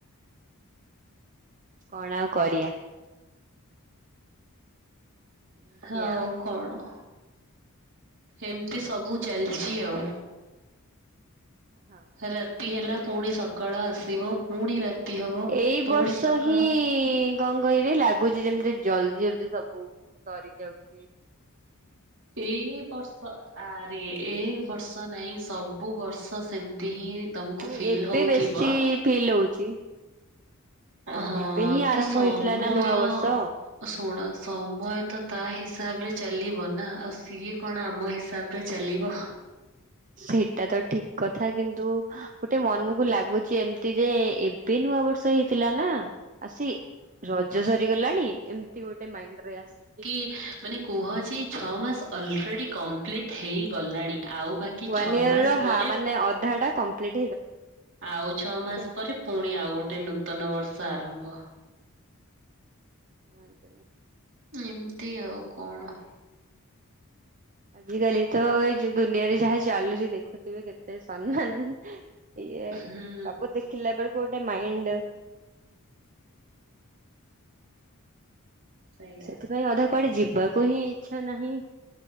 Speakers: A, on the right; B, on the right.
A: କଣ ଆଉ କରିବା? ଏମିତି
B: ହଉ
A: ଆଉ
B: କଣ? ଏମିତି ସବୁ ଚାଲିଛି ଆଉ।
A: ହଁ।
B: ରାତି ହେଲା ଫୁଣି ସକାଳ ଆସିବ ଫୁଣି ରାତି ହବ
A: ଏଇ
B: ପୁଣି
A: ବର୍ଷ
B: ସକାଳ।
A: ହିଁ ଇ କଣ କହିଲେ ଲାଗୁଚି ଯେମିତି ଜଲଦି ଜଲଦି ସବୁ ସରି ଯାଉଛି। <inaudible>
B: ଏଇ ବର୍ଷ ଆରେ ଏ ବର୍ଷ ନାଇଁ ସବୁ ବର୍ଷ ସେମିତି ହିଁ ତମକୁ
A: ମାନେ
B: ଫିଲ୍
A: ଏବେ
B: ହଉଥିବ
A: ବେଶୀ ଫିଲ୍ ହଉଛି।
B: ହଁ
A: ଏବେ ହିଁ
B: ତ
A: ଆରମ୍ଭ
B: ସମୟ
A: ହେଇଥିଲା ନା ନୂଆ ବର୍ଷ
B: ଶୁଣ ସମୟ ତ ତା ହିସାବରେ ଚାଲିବ ନା ଆଉ ସିଏ କଣ ଆମ ହିସାବରେ ଚାଲିବ
A: ସେଟା ତ ଠିକ୍ କଥା କିନ୍ତୁ ଗୋଟେ ମନକୁ ଲାଗୁଛି ଏମିତି ଯେ ଏବେ ନୂଆ ବର୍ଷ ହେଇଥିଲା ନା ଆସି ରଜ ସରିଗଲାଣି ଏମିତି ଗୋଟେ ମାଇଣ୍ଡରେ ଆସୁଛି।
B: କି ମାନେ କୁହ ଯେ ଛଅ ମାସ ଅଲରେଡ଼ି କମ୍ପ୍ଲିଟ୍ ହେଇଗଲାଣି ଆଉ ବା କି
A: ୱାନ
B: ଛଅ
A: ଇୟର
B: ମାସ
A: ର
B: ପରେ,
A: ମାନେ ଅଧା ଟା କମ୍ପ୍ଲିଟ
B: ଆଉ ଛଅ
A: ହେଇଗଲାଣି।
B: ମାସ ପରେ ଫୁଣି ଆଉ ଗୋଟେ ନୂତନ ବର୍ଷ ଆରମ୍ଭ।
A: <inaudible>
B: ଏମିତି ଆଉ, କଣ?
A: ଆଜିକାଲି ତ ଏଇ ଯୋଉ ଦୁନିଆରେ ଯାହା ଚାଲୁଛି ଦେଖୁଥିବେ କେତେ ସମ୍ମାନ ଇଏ
B: ହୁଁ
A: ସବୁ ଦେଖିଲା ବେଳକୁ ଗୋଟେ ମାଇଣ୍ଡ୍
B: ସେଇଆ
A: ସେଥିପାଇଁ ଅଧା କୁଆଡ଼େ ଯିବାକୁ ହିଁ ଇଚ୍ଛା ନାହିଁ